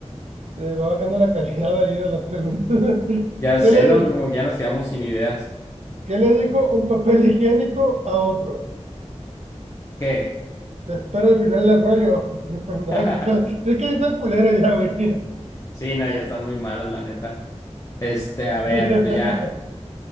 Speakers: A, on the right; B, on the left.
A: Eh, va bajando la calidad ahí de las preguntas. <laughs>
B: Ya
A: ¿Qué
B: sé,
A: le,
B: ¿no? Como que ya nos quedamos sin ideas.
A: qué le dijo un papel higiénico a otro?
B: ¿Qué?
A: Te espero al final del rollo. <laughs> No,
B: <laughs>
A: sí está- sí es que sí está culero ya, güey.
B: Sí, no, ya están muy malos, la neta. Este, a ver,
A: <laughs>
B: pues ya.